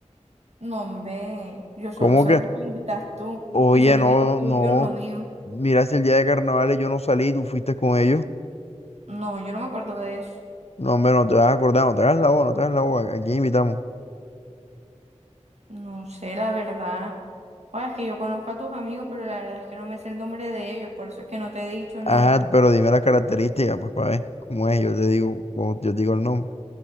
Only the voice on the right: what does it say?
No, hombre, yo solo
salgo
cuando estás tú.
Si son
amigos tuyos,
no míos.
No, yo no me acuerdo de eso.
No sé, la verdad. o es que yo conozco a tus amigos, pero la verdad es que no me sé el nombre de ellos, por eso es que no te he dicho
nada.